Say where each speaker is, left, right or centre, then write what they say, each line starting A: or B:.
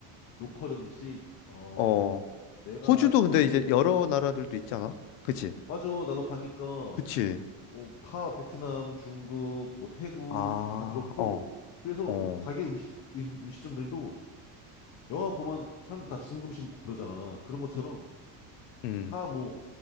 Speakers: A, on the left (about 35°); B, on the left (about 80°).
A: 로컬 음식, 어,
B: 어.
A: 내가
B: 호주도
A: 기억에,
B: 근데 이제 여러 나라들도 있잖아. 그치?
A: 맞아. 나도 가니까 어,
B: 그치?
A: 다 베트남, 중국, 뭐 태국
B: 아,
A: 다 그렇고
B: 어.
A: 그래서
B: 어.
A: 음- 가게 음식 음식- 음식점들도 영화 보면 사람들 다 중국 음식 먹고 그러잖아. 그런 것처럼
B: 음. 음.
A: 다 뭐